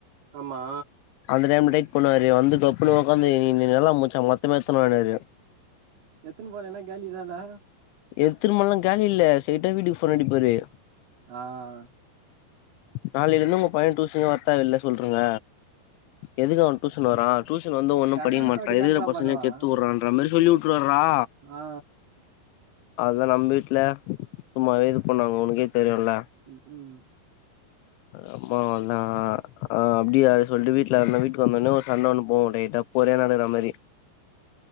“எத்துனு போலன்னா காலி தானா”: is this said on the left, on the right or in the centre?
Right